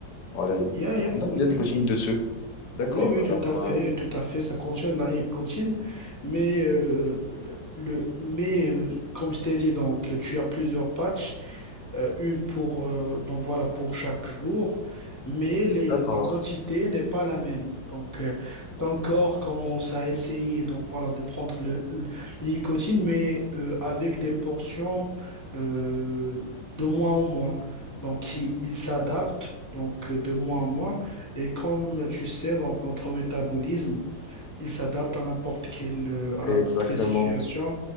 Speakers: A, on the left (about 60°); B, on the left (about 15°).
A: Voilà,
B: Yeah, yeah,
A: on a
B: oui,
A: bien
B: oui.
A: nicotine dessus. D'accord,
B: Oui, oui,
A: alors,
B: tout à fait,
A: euh,
B: tout à fait. Ça contient de la nicotine, mais euh, le, le- mais euh, comme je t'ai dit, donc tu as plusieurs patchs euh, une pour, euh, donc voilà, pour chaque jour, mais les-
A: d'accord,
B: la quantité n'est pas la même. Donc, euh, ton corps commence à essayer donc voilà, de prendre le, le- le nicotine, mais euh, avec des portions euh, de mois en mois. Donc, il, il s'adapte donc euh, de mois en mois. Et comme tu sais, donc, notre métabolisme, il s'adapte à n'importe quelle, euh, à n'importe
A: exactement.
B: quelle situation.